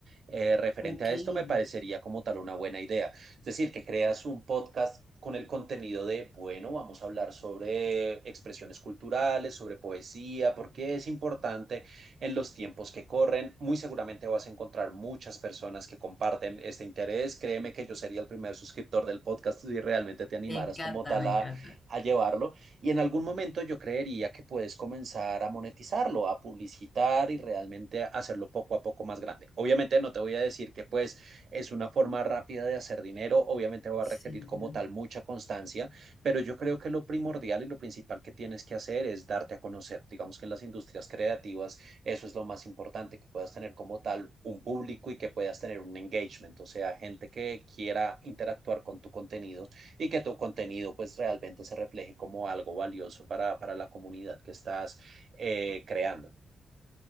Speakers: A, on the right (about 65°); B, on the left (about 25°).
A: Eh, referente
B: Ok,
A: a esto
B: me
A: me parecería como tal una buena idea. Es decir, que creas un podcast con el contenido de, bueno, vamos a hablar sobre expresiones culturales, sobre poesía, porque es importante en los tiempos que corren. Muy seguramente vas a encontrar muchas personas que comparten este interés. Créeme que yo sería el primer suscriptor del podcast si realmente te animaras
B: encanta,
A: como tal
B: me
A: a,
B: encanta.
A: a llevarlo. Y en algún momento yo creería que puedes comenzar a monetizarlo, a publicitar y realmente hacerlo poco a poco más grande. Obviamente no te voy a decir que pues es una forma rápida de hacer dinero, obviamente va
B: Sí,
A: a requerir
B: claro.
A: como tal mucha constancia, pero yo creo que lo primordial y lo principal que tienes que hacer es darte a conocer. Digamos que en las industrias creativas eso es lo más importante, que puedas tener como tal un público y que puedas tener un engagement, o sea, gente que quiera interactuar con tu contenido y que tu contenido pues realmente se refleje como algo valioso para, para la comunidad que estás eh, creando.